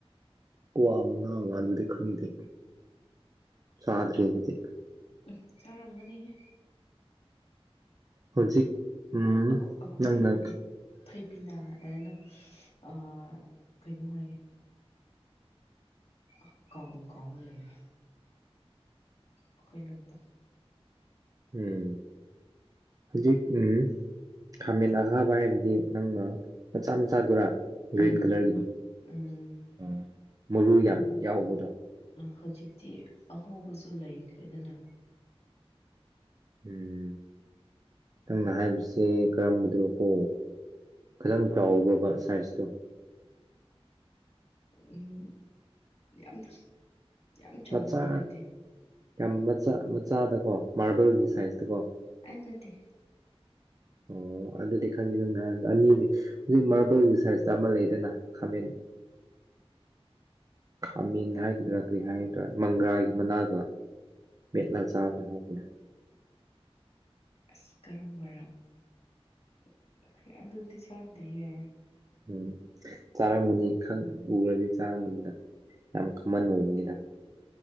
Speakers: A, on the right; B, on the left.
A: ꯀ꯭ꯋꯥ ꯃꯅ ꯃꯥꯟꯕꯗꯤ ꯈꯪꯗꯦ ꯆꯥꯗ꯭ꯔꯔꯤ
B: ꯎꯝ ꯆꯥꯔꯝꯒꯅꯤꯍꯦ
A: ꯍꯧꯖꯤꯛ ꯎꯝ
B: ꯑꯩꯈꯣꯏ
A: ꯅꯪꯅ
B: ꯂꯣꯟꯗꯗꯤ ꯊꯩꯕꯤꯅꯥ ꯍꯥꯏꯅ ꯑꯥ ꯀꯩꯅꯣ ꯍꯥꯏꯌꯦ ꯑ ꯀꯥꯎꯗꯨꯝ ꯀꯥꯎꯋꯦ ꯂꯩꯔ ꯑꯩꯈꯣꯏ ꯂꯣꯟꯗ
A: ꯎꯝ ꯍꯧꯖꯤꯛ ꯎꯝ ꯈꯥꯃꯦꯟ ꯑꯈꯥꯕ ꯍꯥꯏꯕꯗꯤ ꯅꯪꯅ ꯃꯆꯥ ꯃꯆꯥꯗꯨꯔꯥ ꯒ꯭ꯔꯤꯟ
B: ꯎꯝ
A: ꯀꯂꯔꯒꯤꯗꯣ
B: ꯎꯝ
A: ꯎꯝ ꯃꯔꯨ ꯌꯥꯝ ꯌꯥꯎꯕꯗꯣ
B: ꯍꯧꯖꯤꯛꯇꯤ ꯑꯉꯧꯕꯁꯨ ꯂꯩꯈ꯭ꯔꯦꯗꯅ
A: ꯎꯝ ꯅꯪꯅ ꯍꯥꯏꯕꯁꯤ ꯀꯔꯝꯕꯗꯨꯔꯀꯣ ꯈꯤꯇꯪ ꯆꯥꯎꯕꯕ ꯁꯥꯏꯖꯇꯣ
B: ꯎꯝ ꯌꯥꯝ ꯌꯥꯝ ꯆꯥꯎꯕꯗꯤ
A: ꯃꯆꯥ
B: ꯅꯠꯇꯦ
A: ꯌꯥꯝ ꯃꯆꯥ ꯃꯆꯥꯗꯀꯣ ꯃꯥꯔꯕꯜꯒꯤ ꯁꯥꯏꯖꯇ ꯀꯣ
B: ꯑ ꯅꯠꯇꯦ
A: <inaudible> ꯑꯣ ꯑꯗꯨꯗꯤ ꯈꯪꯅꯤꯅꯪ ꯅꯍꯥꯟꯗꯣ ꯑꯅꯤꯗꯤ ꯍꯧꯖꯤꯛ ꯃꯥꯔꯕꯜꯒꯤ ꯁꯥꯏꯖꯇ ꯑꯃ ꯂꯩꯗꯅ ꯈꯥꯃꯦꯟ <inaudible> ꯈꯥꯃꯦꯟ ꯍꯥꯏꯒꯗ꯭ꯔꯥ ꯀꯔꯤ ꯍꯥꯏꯒꯗ꯭ꯔꯥ ꯃꯪꯒ꯭ꯔꯥꯒꯤ ꯃꯅꯥꯒ ꯃꯦꯠꯂꯥ ꯆꯥꯕ ꯍꯥꯎꯕꯅꯦ
B: ꯑꯁ ꯀꯔꯝꯕꯔꯥ ꯑꯩꯈꯣꯏ ꯑꯗꯨꯗꯤ ꯆꯥꯗꯤꯌꯦ
A: ꯎꯝ ꯆꯥꯔꯥꯃꯅꯤ ꯈꯪ ꯎꯔꯗꯤ ꯆꯥꯔꯝꯃꯅꯤꯗ ꯌꯥꯝ ꯊꯨꯃꯟ ꯑꯣꯏꯕꯅꯤꯗ